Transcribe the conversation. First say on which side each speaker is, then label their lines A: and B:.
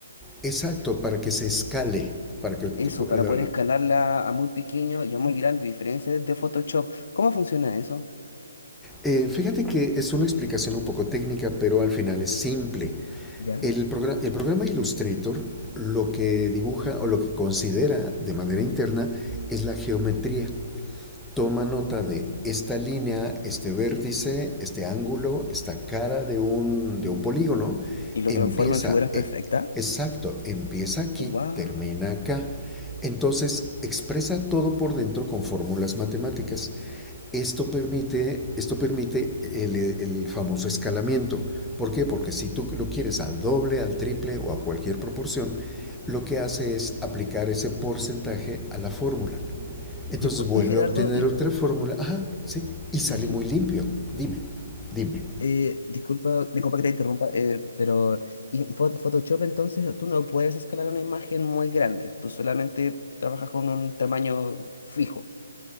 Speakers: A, in the centre; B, on the left.
A: Exacto, para que se escale, para que te-
B: eso, para
A: la-
B: poder escalarla a muy pequeño y a muy grande, diferencia de Photoshop. ¿Cómo funciona eso?
A: Eh, fíjate que es una explicación un poco técnica, pero al final es simple.
B: ¿Ya?
A: El, progra- el programa Illustrator lo que dibuja o lo que considera de manera interna es la geometría. Toma nota de esta línea, este vértice, este ángulo, esta cara de un, de un polígono.
B: ¿Y lo
A: Empieza,
B: transforma en figuras perfectas?
A: eh, exacto, empieza aquí,
B: ¡Wow!
A: termina acá. Entonces expresa todo por dentro con fórmulas matemáticas. Esto permite, esto permite el, el, famoso escalamiento. ¿Por qué? Porque si tú lo quieres al doble, al triple o a cualquier proporción, lo que hace es aplicar ese porcentaje a la fórmula. Entonces
B: Disculpa,
A: vuelve
B: Gerardo,
A: a obtener
B: y,
A: otra fórmula, ajá, sí, y sale
B: y
A: muy limpio. Dime, dime.
B: Eh, disculpa, disculpa que te interrumpa, eh, pero en Photoshop entonces tú no puedes escalar una imagen muy grande, tú solamente trabajas con un tamaño fijo.